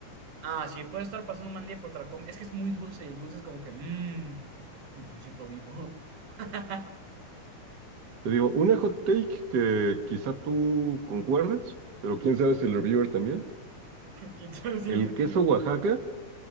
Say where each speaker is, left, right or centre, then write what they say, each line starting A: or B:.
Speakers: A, on the right; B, on the right.
A: Ah, sí, puede estar pasando un mal día por otra com- Es que es muy dulce y el dulce es como que, mmm, me siento vivo. <laughs>
B: Te digo, una hot take que quizá tú concuerdes, pero quién sabe si el reviewer también.
A: ¿Quién sabe si
B: El
A: el resto-
B: queso Oaxaca